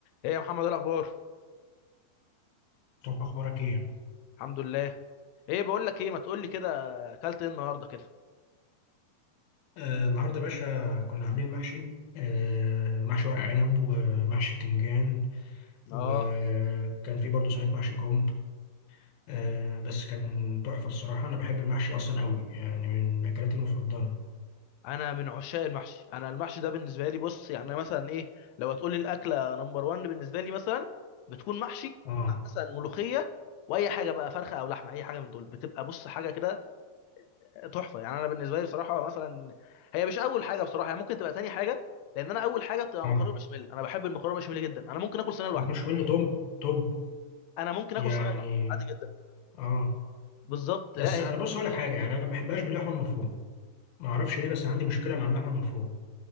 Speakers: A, on the left; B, on the left.
A: ايه يا محمد إيه الاخبار
B: مصطفى اخبارك ايه
A: الحمد لله ايه بقول لك ايه ما تقول لي كده اكلت ايه النهارده كده
B: آه النهارده يا باشا كنا عاملين محشي آه محشي ورق عنب ومحشي بتنجان وكان
A: اه
B: في برضه صينيه محشي كرنب آه بس كان تحفه الصراحه انا بحب المحشي اصلا قوي يعني من اكلاتي المفضله
A: انا من عشاق المحشي انا المحشي ده بالنسبه لي بص يعني أنا مثلا ايه لو هتقول لي الاكله نمبر 1 بالنسبه لي مثلا بتكون محشي
B: اه
A: مع مثلا ملوخيه واي حاجه بقى فرخه او لحمه اي حاجه من دول بتبقى بص حاجه كده تحفه يعني انا بالنسبه لي بصراحه مثلا هي مش اول حاجه بصراحه هي ممكن تبقى تاني حاجه لان انا اول حاجه بتبقى
B: اه
A: مكرونه بشاميل انا بحب المكرونه بشاميل جدا انا ممكن اكل صينيه لوحدي
B: ما كانش بيقول لي توب توب
A: انا ممكن
B: يعني
A: اكل صينيه لوحدي عادي جدا
B: اه
A: بالظبط
B: بس
A: لا هي
B: انا بص اقول لك حاجه يعني انا ما بحبهاش باللحمه المفرومه ما اعرفش ليه بس عندي مشكله مع اللحمه المفرومه